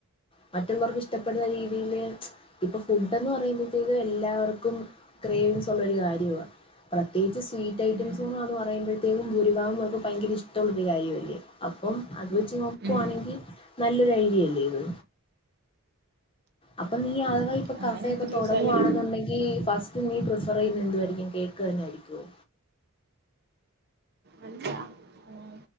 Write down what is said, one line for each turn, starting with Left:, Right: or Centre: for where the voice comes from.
Left: മറ്റുള്ളവർക്ക് ഇഷ്ടപ്പെടുന്ന രീതിയില് ഇപ്പൊ ഫുഡ്ന്ന് പറയുമ്പോഴത്തേും എല്ലാവർക്കും <unintelligible> ഉള്ള ഒരു കാര്യവാ പ്രത്യേകിച്ച് സ്വീറ്റ് ഐറ്റംസന്ന്
Right: ഉം
Left: പറയുമ്പോഴത്തേക്കും ഭൂരിാഗം പേർക്കും ഭയങ്കര ഇഷ്ടമുള്ള ഒരു കാര്യമല്ലേ അപ്പം അത് വെച്ച് നോക്കുവാണെങ്കിൽ
Right: ഉം
Left: നല്ലൊരു ഐഡിയ അല്ലേ ഇത് അപ്പൊ ഈ ആളുകൾ ഇപ്പൊ
Right: അങ്ങനെയൊക്കെ
Left: കഫയൊക്കെ തുടങ്ങുകവാണെന്നുണ്ടെങ്കി
Right: ചോദിച്ചാല്
Left: ഫസ്റ്റ് ഇത് നീ പ്രിഫർ ചെയ്യുന്ന എന്തുവായിരിക്കും കേക്ക് തന്നെ ആയിരിക്കുമോ
Right: അല്ല ഓ